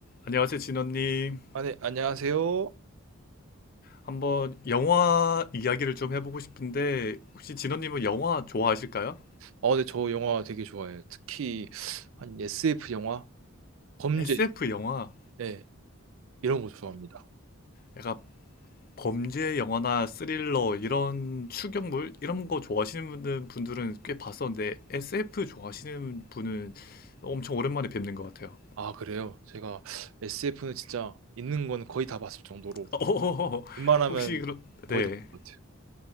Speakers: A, on the left; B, on the right.
A: 안녕하세요, 진원님.
B: 아, 네, 안녕하세요.
A: 한번 영화 이야기를 좀 해보고 싶은데, 혹시 진원님은 영화 좋아하실까요?
B: 어, 네, 저 영화 되게 좋아해요. 특히 한 SF 영화, 범죄,
A: SF 영화,
B: 네, 이런 거 좋아합니다.
A: 약간 범죄 영화나 스릴러, 이런 추격물, 이런 거 좋아하시는 분들- 분들은 꽤 봤었는데, SF 좋아하시는 분은 엄청 오랜만에 뵙는 것 같아요.
B: 아, 그래요? 제가 SF는 진짜 있는 건 거의 다 봤을 정도로
A: <laughs> 어,
B: 웬만하면
A: 혹시, 그럼,
B: 거의
A: 네.
B: 다 본 것 같아요.